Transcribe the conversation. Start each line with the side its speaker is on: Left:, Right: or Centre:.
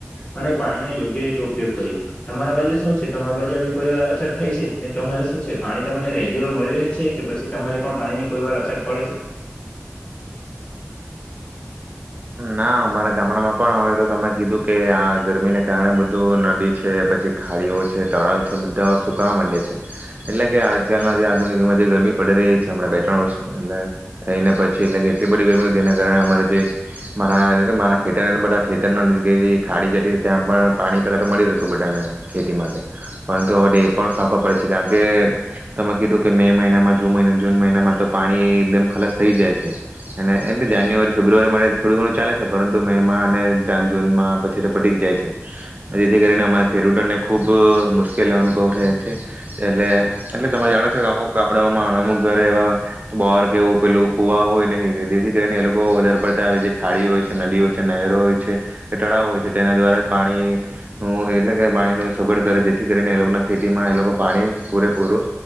Left: અને પાણીનો યોગ્ય રીતે ઉપયોગ કરી, તમારા બાજુ શું છે તમારી બાજુ આવી કોઈ વાર અછત થઈ છે ને તમારે શું છે પાણી તમને રેગ્યુલર મળી રહે છે કે પછી તમારે પણ પાણીની કોઈ વાર અછત પડે છે?
Right: ના અમારા ગામડામાં પણ આવેય તો તમે કીધું કે આ ગરમીને કારણે બધું નદી છે પછી ખાડીઓ છે તળાવ છે બધા સુકાવા માંડ્યા છે, એટલે કે આજકાલના જે આધુનિકમાં જે ગરમી પડી રહી છે. હમણા બે ત્રણ વર્ષ એટલે, થઈ ને પછી એટલે કે એટલી બધી ગરમી એના કારણે અમારે જે મારા ઘરે મારા ખેતર બધા ખેતર ખાડી જતી ત્યાં પણ પાણી પેલા તો મળી રહેતું બધાને ખેતી માટે, પરંતુ હવે એ પણ ફાફા પડે છે. કારણ કે તમે કીધું કે મે મહિનામાં જુ જૂન મહિનામાં તો પાણી એકદમ ખલસ થઈ જાય છે, અને એટલે જાન્યુઆરી ફેબ્રુઆરી થોડી ઘણું ચાલે છે પરંતુ મેમાં અને જૂનમાં પછી તોપટી જ જાય છે, જેથી કરીને અમારા ખેડૂતોને ખૂબ મુશ્કેલ અનુભવ થાય છે, એટલે એટલે તમારે જાણો છો કે અમુક કપડાઓમાં અમુક ઘરે એવા, બોર કેવું પેલું કુવા હોય નહીં જેથી કરીને એ લોકો વધારે પડતા આવે ખાડી હોય છે નદી હોય છે, નહેરો હોય છે કે તળાવ હોય છે તેના દ્વારા જ પાણીનું, એટલે કે પાણી ન સગડ કરે જેથી કરીને એ લોકોના ખેતીમાં એ લોકો પાણી પૂરેપૂરું,